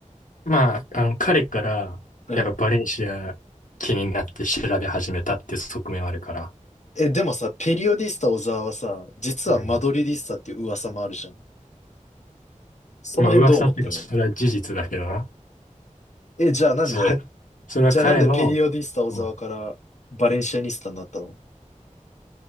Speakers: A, on the left; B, on the left.
A: まあ、あの、彼から、
B: うん。
A: やっぱバレンシア気になって調べ始めたっていう側面はあるから。
B: え、でもさ、ペリオディスタ小沢はさ、実はマドリディスタっていう噂もあるじゃん。
A: うん。
B: その辺どう思ってんの
A: まあ、噂っていうか、それは事実だけどな。
B: え、じゃあなんで、
A: それ、それは彼の、
B: じゃあなんでペリオディスタ小沢からバレンシアニスタになったの
A: うん